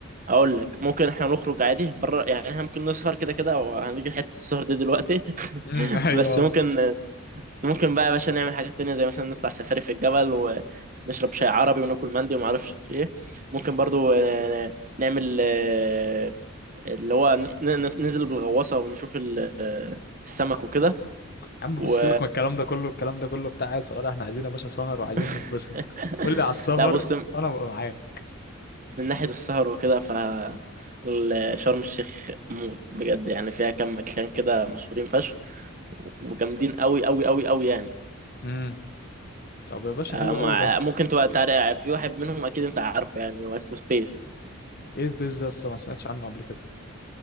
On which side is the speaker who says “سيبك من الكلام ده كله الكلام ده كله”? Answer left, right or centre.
Left